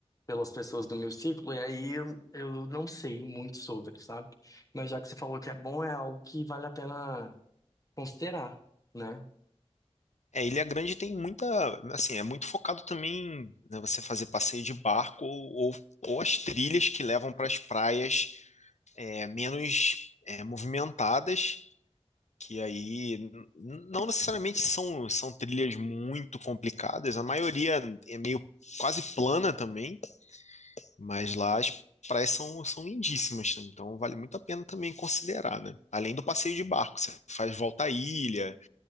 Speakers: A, on the left; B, on the left.
A: pelas pessoas do meu círculo, e aí eu, eu não sei muito sobre, sabe? Mas já que você falou que é bom, é algo que vale a pena considerar, né?
B: É, Ilha Grande tem muita, assim, é muito focado também, né, você fazer passeio de barco ou, ou, ou as trilhas que levam para as praias é, menos é, movimentadas, que aí n- não necessariamente são, são trilhas muito complicadas, a maioria é meio quase plana também, mas lá as praias são, são lindíssimas, então vale muito a pena também considerar, né? Além do passeio de barco, você faz volta à ilha,